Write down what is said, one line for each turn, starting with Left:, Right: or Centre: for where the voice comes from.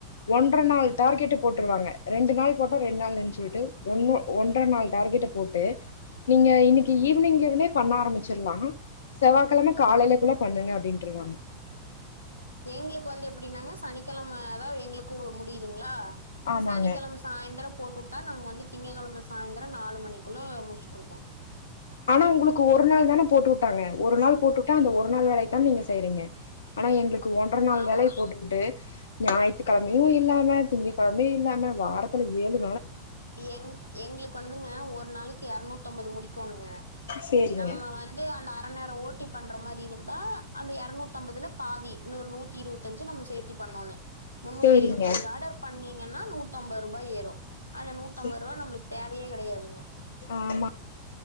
Left: ஒன்ற நாள் டார்கெட்டு போட்ருவாங்க ரெண்டு நாள் போட்டா ரெண்டு நாள் நெனச்சிக்கிட்டு ஒன்னு ஒன்ற நாள் டார்கெட்ட போட்டு நீங்க இன்னிக்கு ஈவினிங்லருந்தே பண்ண ஆரம்பிச்சிர்லா செவ்வாய்க்கெளம காலைலக்குள்ள பண்ணுங்க அப்டின்ட்டுருவாங்க
Right: எங்குளுக்கு வந்து எப்படின்னாங்க சனிக்கெளம அதா எங்களுக்கும் முடிதுங்களா
Left: ஆமாங்க.
Right: சனிக்கெளம சாய்ந்தரொ போட்டுட்டா நாங்க வந்து திங்கக்கெளம சாய்ந்தரொ நாலு மணிக்குள்ள முடிச்சு குடுக்கணு
Left: ஆனா உங்குளுக்கு ஒரு நாள் தான போட்டு உட்டாங்க ஒரு நாள் போட்டு உட்டா அந்த ஒரு நாள் வேலைய தா நீங்க செய்றீங்க ஆனா எங்களுக் க்கு ஒன்ற நாள்
Right: ஆமா.
Left: வேலைய போட்டு உட்டு ஞாயித்துக்கெழமையு இல்லாம திங்க கெழமையு இல்லாம வாரத்துல ஏலு
Right: எங் எங்களுக்கு வந்துங்க ஒரு நாளைக்கு எறநூத்தம்பது முடிக் கோணுங்க
Left: சேரிங்க,
Right: நம்ம வந்து அந்த அரநேரொ ஓட் ஓட்டி பண்ற மாரி இருந்தா அந்த எரநூத்தம்பதுல பாதி இன்னொரு நூத்தி இருவத்தஞ்சு நம்ம சேத்தி பண்ணோனு முன்னூத்தி
Left: சேரிங்க.
Right: எலுவத்தஞ்சு ஆடர் பண்ணி ஏன்னா நூத் த்தம்பது ரூபா ஏறும் அந்த நூத்தம்பது
Left: சே
Right: ருவா நம்ளுக் தேவையே கெடையாதுங்க
Left: ஆமா